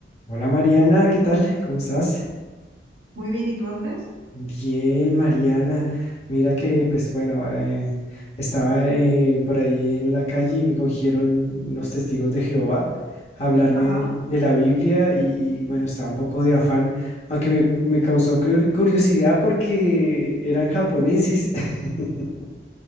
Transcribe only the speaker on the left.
Hola Mariana, ¿qué tal? ¿Cómo estás?
Bien, Mariana. Mira que, pues bueno, eh, estaba eh, por ahí en la calle y me cogieron los testigos de Jehová a hablarme
del- de, la Biblia y, y, bueno, estaba un poco de afán, aunque me, me causó cur- curiosidad porque eran japoneses. <laughs>